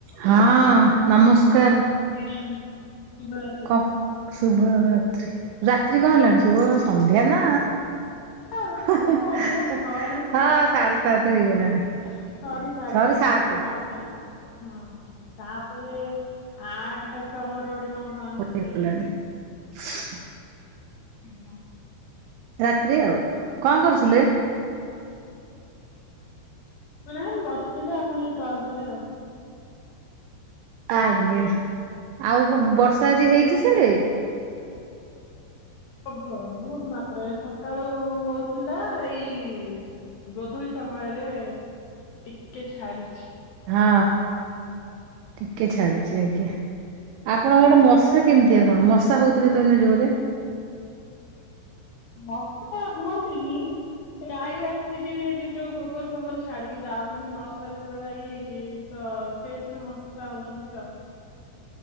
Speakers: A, on the right (about 85°); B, on the left (about 70°).
A: ହଁ ନମସ୍କାର।
B: ହାଲୋ ଶୁଭ ରାତ୍ରି।
A: କ ଶୁଭ ରାତ୍ରି ରାତ୍ରି କଣ ହେଲାଣି ଶୁଭ ସନ୍ଧ୍ୟା ନା।
B: ନା
A: ହଁ
B: ସନ୍ଧ୍ୟା ଆମର ଛଅରୁ
A: ସାଢେ ସାତ ହେଇଗଲାଣି।
B: ଛଅ ରୁ ସାଢେ
A: ସରି
B: ସାତ
A: ସାତେ।
B: ପର୍ଯ୍ୟନ୍ତ ସନ୍ଧ୍ୟା ହଁ। ତାପରେ ଆଠ ଟାକୁ ଆମର ଗୋଟେ କଣ କହନ୍ତି?
A: ହେଇଗଲାଣି <inaudible>
B: ଫିଡ୍ ମ।
A: ରାତ୍ରି ଆଉ କଣ କରୁଥିଲେ?
B: ମାନେ ବସିଥିଲେ ଆପଣ ଏଇ କଲ ଥଲେ ଆଉ।
A: ଆଜ୍ଞା ଆଉ ବୁ ବର୍ଷା ଆଜି ହେଇଛି ସିଆଡେ?
B: ହବ ବହୁତ ମାତ୍ରାରେ ସକାଳୁ ହଉଥିଲା ଏଇ ଗୋଧୂଳି ସମୟରେ ଟିକେ ଛାଡିଚି।
A: ହଁ ଟିକେ ଛାଡିଚି ଆଜ୍ଞା। ଆପଣଙ୍କ ଆଡେ ମଶା କେମିତିଆ କଣ ମଶା ହଉଥିବେ ତ ଏନେ ଜୋରେ।
B: ମସ୍ତ ହୁଅନ୍ତିନି। ଗାଈ ଆସିକିରି ଏଠି ଯୋଉ ଗୋବର ଫୋବର ଛାଡିକି ଯାଉଛନ୍ତି ବର୍ଷାରେ ଯୋଉ ଏରା ହେଇକି ତ ସେଇଥିରୁ ମଶା ହଉଛନ୍ତି ଆଉ।